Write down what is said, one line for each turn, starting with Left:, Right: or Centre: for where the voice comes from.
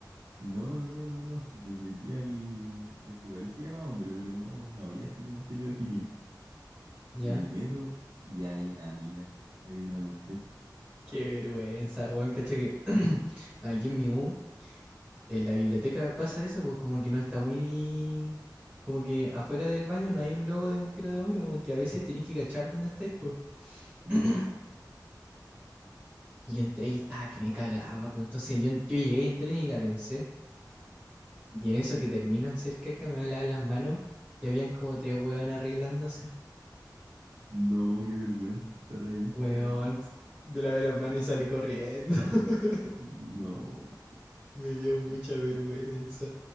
Right: No, no, no, no, no. Me metí al, al que parecía más hombre, pero no, no había así como género definido.
Centre: ¿Ya?
Right: Y me meto y hay una mina, hay una mujer,
Centre: Qué vergüenza, weón, cacha que <clears throat> aquí en mi U En la biblioteca pasa eso, pues como que no está muy... Como que afuera del baño no hay un logo de mujer o de hombre, como que a veces tenés que cachar dónde estáis, pues.
Right: ¿ya?
Centre: <clears throat> Y yo entré y estaba que me cagaba, pues entonces yo, yo llegué y entré ni la pensé. Y en eso que termino de hacer caca me va a lavar las manos y habían como tres huevas arreglándose.
Right: No, qué vergüenza estar ahí.
Centre: Huevón, yo lavé las manos y salí corriendo. <laughs>
Right: No,
Centre: Me dio mucha vergüenza.